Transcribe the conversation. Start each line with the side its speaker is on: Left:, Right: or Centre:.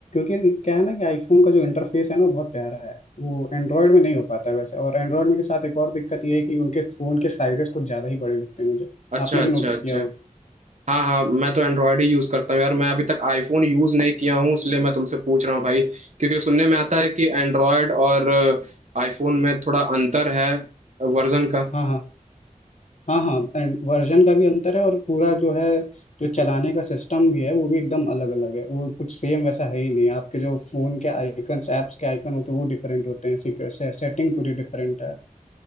Left: क्योंकि क्या है ना कि आईफोन का जो इंटरफेस है ना वो बहुत प्यारा है वो एंड्रॉयड में नहीं हो पाता है वैसे और एंड्रॉयड में के साथ एक और दिक्कत ये है कि उनके फ़ोन के साइजेस कुछ ज़्यादा ही बड़े लगते हैं मुझे
Right: अच्छा
Left: आपने
Right: अच्छा
Left: भी नोटिस
Right: अच्छा
Left: किया होगा
Right: हाँ हाँ मैं तो एंड्रॉयड ही यूज करता हूँ यार मैं अभी तक आईफोन यूज नहीं किया हूँ इसलिए मैं तुमसे पूछ रहा हूँ भाई क्योंकि सुनने में आता है कि एंड्रॉयड और आईफोन में थोड़ा अंतर है वर्जन का
Left: हाँ हाँ हाँ हाँ एंड वर्जन का भी अंतर है और पूरा जो है जो चलाने का सिस्टम भी है वो भी एकदम अलग अलग है वो कुछ सेम वैसा है ही नहीं आपके जो फोन के आइकन्स ऐप्स के आइकन होते हैं वो डिफरेंट होते हैं सिक्योर से, सेटिंग पूरी डिफरेंट है